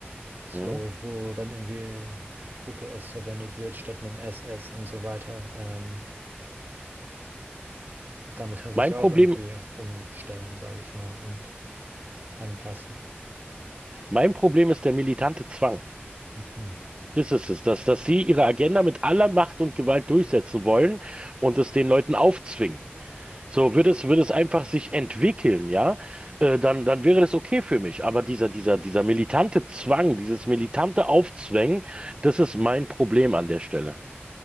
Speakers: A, on the right; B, on the right.
A: so
B: Mhm.
A: wo dann irgendwie Bucke S verwendet wird statt einem SS und so weiter. Ähm, da muss man sich
B: mein
A: ja
B: Problem,
A: auch irgendwie umstellen, sage ich mal, und anpassen.
B: mein Problem ist der militante Zwang.
A: Mhm.
B: Das ist es, dass, dass sie ihre Agenda mit aller Macht und Gewalt durchsetzen wollen und es den Leuten aufzwingen. So, würde es, würde es einfach sich entwickeln, ja, äh, dann, dann wäre das okay für mich. Aber dieser, dieser, dieser militante Zwang, dieses militante Aufzwängen, das ist mein Problem an der Stelle.